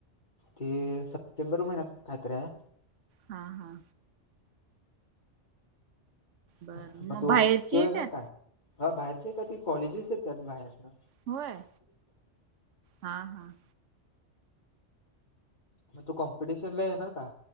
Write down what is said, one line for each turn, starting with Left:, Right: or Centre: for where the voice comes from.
Left: ते सप्टेंबर महिन्यात कायतरी आहे.
Right: हा हां बर
Left: मग तु
Right: बाहेरची
Left: तू
Right: येत्यात
Left: येणार काय बाहेरचे येतात की कॉलेजेस येतात बाहेरन.
Right: व्हय हा हा.
Left: मग तू कॉम्पिटिशन ला येणार का